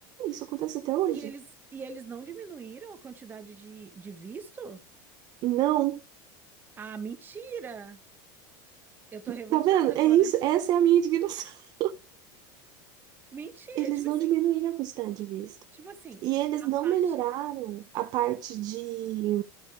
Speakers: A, on the right; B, on the right.
A: isso acontece até hoje.
B: E eles, e eles não diminuíram a quantidade de, de visto?
A: Não.
B: Ah, mentira! Eu tô revoltada
A: Tá vendo?
B: agora.
A: É isso. Essa é a minha indignação. <laughs>
B: Mentira,
A: Eles
B: tipo
A: não
B: assim,
A: diminuíram a quantidade de visto.
B: tipo assim,
A: E eles
B: a
A: não
B: parte,
A: melhoraram a parte de,